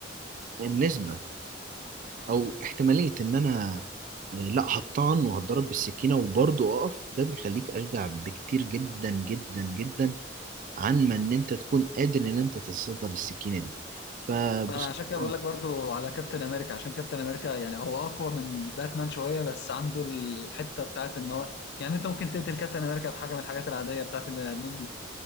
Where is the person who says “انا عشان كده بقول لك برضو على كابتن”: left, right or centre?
Left